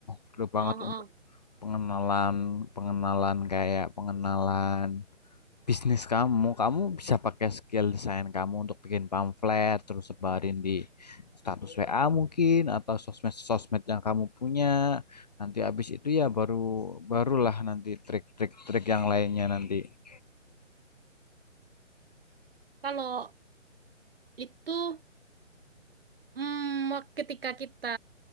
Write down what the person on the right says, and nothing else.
Oh, oh.
Kalau itu Hmm, wak- ketika kita